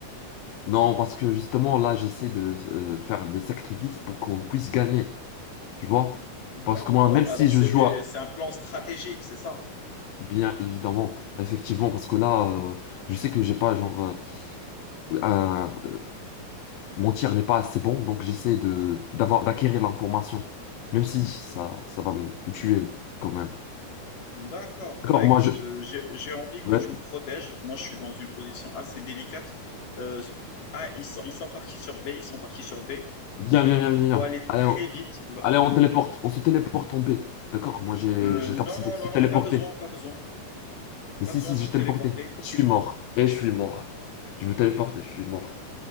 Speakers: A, on the left (about 75°); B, on the left (about 60°).
A: non, parce que justement, là, j'essaie de euh, faire des sacrifices pour qu'on puisse gagner, tu vois?
B: D'accord.
A: Parce que moi, même si
B: Alors c'est
A: je joue,
B: des-
A: à-
B: c'est un plan stratégique, c'est ça?
A: bien évidemment, effectivement, parce que là, euh, je sais que j'ai pas, genre, euh, un- euh, mon tir n'est pas assez bon, donc j'essaie de, d'avoir, d'acquérir l'information, même si ça, ça va me tuer quand même.
B: D'accord.
A: D'accord,
B: Bah écoute,
A: moi je.
B: euh, j'ai, j'ai envie que
A: Ouais.
B: tu me protèges. Moi, je suis dans une position assez délicate. Euh, ah, ils sont, ils sont partis sur B, ils sont partis sur B.
A: Viens, viens, viens, viens,
B: Il faut
A: viens.
B: aller
A: Allez,
B: très
A: on...
B: vite. Va-
A: Allez, on téléporte. On se téléporte en paix. D'accord? Moi j'ai
B: Euh,
A: j'ai
B: non,
A: la capacité
B: non,
A: de se
B: non,
A: téléporter.
B: non, pas besoin, pas besoin.
A: Mais
B: Pas
A: si,
B: besoin
A: si,
B: de
A: j'ai
B: se téléporter.
A: téléporté. Je suis mort. Et je suis mort. Je me téléporte et je suis mort.